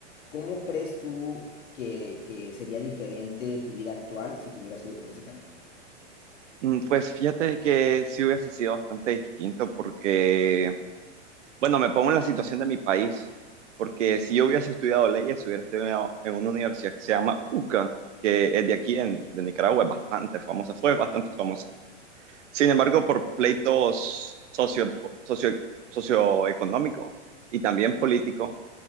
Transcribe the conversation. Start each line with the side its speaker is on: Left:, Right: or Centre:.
Left: ¿cómo crees tú que, que sería diferente tu vida actual si te hubieras ido por ese camino?
Right: Mm, Pues fíjate que sí hubiese sido bastante distinto porque Bueno, me pongo en la situación de mi país, porque si yo hubiese estudiado leyes, hubiera estudiado en una universidad que se llama UCA, que es de aquí, en, de Nicaragua, es bastante famosa, fue bastante famosa. Sin embargo,
Left: Ah, Ok.
Right: por pleitos socio, socio, socioeconómicos y también políticos,